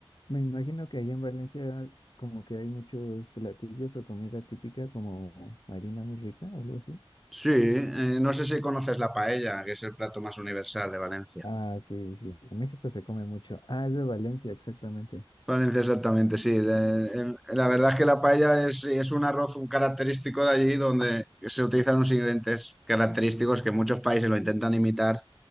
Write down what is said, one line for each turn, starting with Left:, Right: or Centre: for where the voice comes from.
Left: Me imagino que allá en Valencia como que hay muchos platillos o comida típica como harina muy rica o algo así.
Centre: Sí, eh, no sé si conoces la paella, que es el plato más universal de Valencia.
Left: Ah, sí, sí. En México se come mucho. Ah, es de Valencia, exactamente.
Centre: Valencia, exactamente, sí. Le- el- La verdad es que la paella es, es un arroz un característico de allí donde se utilizan unos ingredientes característicos que muchos países lo intentan imitar,